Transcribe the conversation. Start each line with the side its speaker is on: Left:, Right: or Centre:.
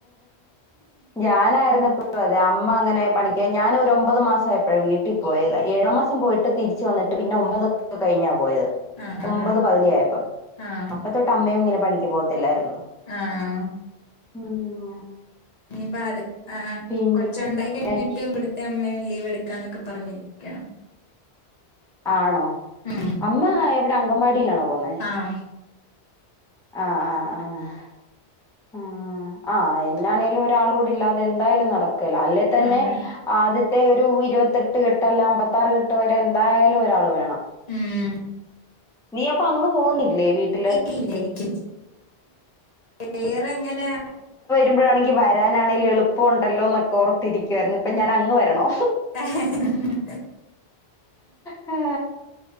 Centre: ഞാനായിരുന്നപ്പ അതെ അമ്മ അങ്ങനെ പണിക്ക് ഞാനൊരൊമ്പത് മാസാപ്പോഴെ വീട്ടിൽ പോയത് ഏഴാം മാസം പോയിട്ട് തിരിച്ചു വന്നിട്ട് പിന്നെ ഒമ്പത്ക്ക കഴിഞ്ഞാ പോയത്
Left: ആഹ് ആഹ്
Centre: ഒമ്പത് പകുതിയായപ്പ
Left: ആഹ്
Centre: അപ്പ തൊ അമ്മയും ഇങ്ങനെ പണിക്ക് പോകത്തില്ലായിരുന്നു.
Left: ആഹ്.
Centre: ഉം.
Left: ഇനിയിപ്പ അടുത്ത് ആഹ്
Centre: പിൻ
Left: കൊച്ചുണ്ടായി കഴിഞ്ഞിട്ട്
Centre: ഏ
Left: ഇവിട അമ്മെ ലീവ് എടുക്കാനൊക്കെ പറഞ്ഞിരിക്ക.
Centre: ആണോ,
Left: ഉം
Centre: അമ്മ ഇവിടെ അങ്കൻവാടിലാണോ പോന്നേ.
Left: ആഹ്.
Centre: ആഹ് ആഹ് ആഹ്. ആഹ് ആഹ് എന്നാണേലും ഒരാള് കൂടില്ലാതെ എന്തായാലും നടക്കൂല്ല അല്ലെ തന്നെ
Left: അതെ
Centre: ആദ്യ മറ്റേ ഒരു ഇരുപത്തെട്ട് കെട്ട് അല്ല അമ്പത്താറ് കെട്ട് വരെ എന്തായാലും ഒരാള് വേണം.
Left: ഉം.
Centre: നീയപ്പൊ അങ്ങ് പോകുന്നില്ലേ വീട്ടിൽ
Left: ഏയ് ഇല്ലായിരിക്കും വേറെങ്ങനെ
Centre: ഇപ്പളാണെങ്കി വരാനാണേ ലെളുപ്പണല്ലോ എന്നോർത്തിരിക്കുവാ ഇപ്പൊ ഞാൻ അങ് വരണോ?
Left: ആഹ് ഹാ.
Centre: ഹാ.